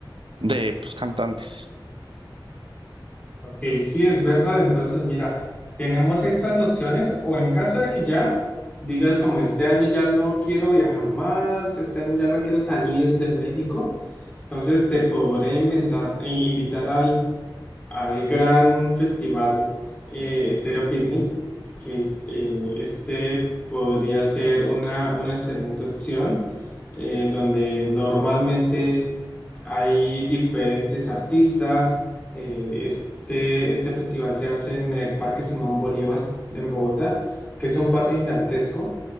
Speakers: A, on the right; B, on the left.
A: de pues, cantantes.
B: Ok, sí es verdad, entonces mira, tenemos estas opciones o en caso de que ya digas como este año ya no quiero viajar más, este año ya no quiero salir de México, entonces te podré inventar, eh, invitar al al gran festival eh, Stereo Picnic, que eh, este podría ser una, una excelente opción, eh, donde normalmente hay diferentes artistas. eh, este, este festival se hace en el Parque Simón Bolívar en Bogotá, que es un parque gigantesco,